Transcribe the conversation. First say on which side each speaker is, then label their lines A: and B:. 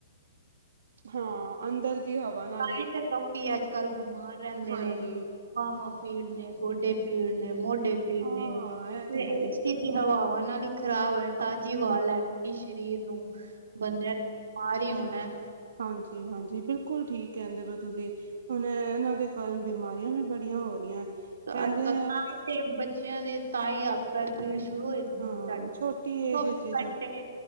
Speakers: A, on the right; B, on the right.
A: ਹਾਂ ਅੰਦਰ ਦੀ ਹਵਾ ਨਾਲ
B: ਇ ਤੇ ਤਾਂ ਹੀ ਤੇ ਲੋਕੀ ਅੱਜ ਕੱਲ ਬਿਮਾਰ ਰਹਿੰਦੇ
A: ਹਾਂਜੀ
B: ਨੇ । ਬਾਵਾ ਪੀੜ ਨੇ। ਗੋਡੇ ਪੀੜ ਨੇ। ਮੋਢੇ ਪੀੜ
A: ਹਾਂ
B: ਨੇ।
A: ਇਹ
B: ਫ
A: ਤੇ ਹੈ ਹੀ
B: ਹਵਾਵਾਂ ਨਾਲ ਈ ਖ਼ਰਾਬ ਐ। ਤਾਜ਼ੀ
A: ਹਮ
B: ਹਵਾ ਲੈਣੀ ਸਰੀਰ ਨੂੰ ਬੰਦਿਆਂ ਨੇ ਬਿਮਾਰ ਹੀ ਹੋਣਾ
A: ਹਾਂਜੀ-ਹਾਂਜੀ, ਬਿਲਕੁਲ ਠੀਕ ਕਹਿੰਦੇ ਪਏ ਓ ਤੁਸੀਂ ਹੁਣ ਇਹਨਾਂ ਦੇ ਕਾਰਨ ਬਿਮਾਰੀਆਂ ਵੀ ਬੜੀਆਂ ਹੋ ਰਹੀਆਂ ਕਹਿੰਦੇ
B: ਅੱਜਕੱਲ
A: ਆ
B: ਤਾਂ ਤੇ ਬੱਚਿਆਂ ਦੇ ਤਾਂਹੀ ਹੱਥ ਪੈਰ ਪੀੜ ਸ਼ੁਰੂ ਹੋ ਜਾਂਦੇ
A: ਹਾਂ
B: ਆ ਚੌਵੀ
A: ਛੋਟੀ ਏਜ ਵਿੱਚ ਹੀ ਸਭ
B: ਘੰਟੇ